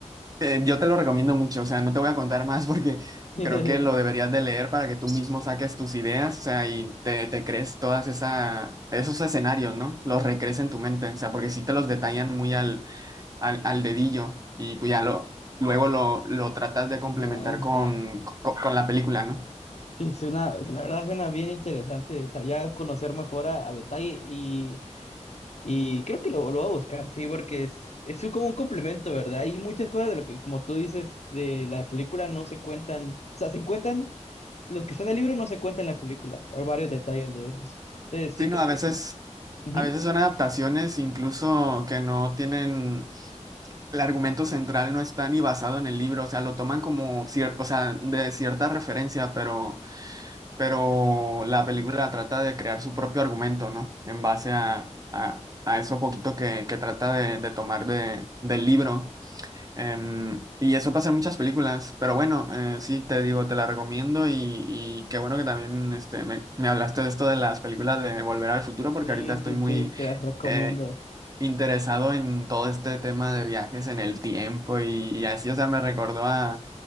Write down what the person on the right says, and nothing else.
eh, yo te lo recomiendo mucho, o sea, no te voy a contar más <laughs> porque
creo que lo deberías de leer para que tú mismo saques tus ideas, o sea, y te, te crees todas esa, esos escenarios, ¿no? Los recrees en tu mente, o sea, porque sí te los detallan muy al al, al dedillo y pues ya lo, luego lo, lo tratas de complementar
con, co- con la película, ¿no?
Sí, no,
a veces,
a veces son adaptaciones incluso que no tienen, el argumento central no está ni basado en el libro, o sea, lo toman como cierto, o sea, de cierta referencia, pero, pero la película trata de crear su propio argumento, ¿no? En base a, a, a eso poquito que, que trata de, de tomar de, del libro. Em, y eso pasa en muchas películas, pero bueno, eh, sí, te digo, te la recomiendo y, y qué bueno que también este, me, me hablaste de esto de las películas de Volver al Futuro, porque
ahorita estoy
muy
eh, interesado en todo este tema de viajes en el tiempo y, y así, o sea, me recordó a,